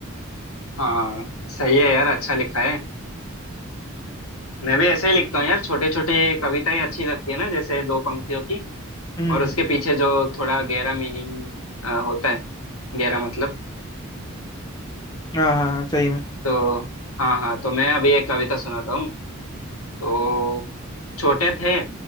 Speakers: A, on the left; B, on the left.
A: हाँ सही है यार अच्छा लिखा है अ, मैं भी ऐसे ही लिखता हूँ यार छोटे छोटे कविताएं अच्छी लगती है ना जैसे दो पंक्तियों की
B: हम्म
A: और उसके पीछे जो थोड़ा गहरा मीनिंग होता है गहरा मतलब
B: हाँ हाँ हाँ, सही में
A: तो हाँ हाँ तो मैं अभी एक कविता सुनाता हूँ तो छोटे थे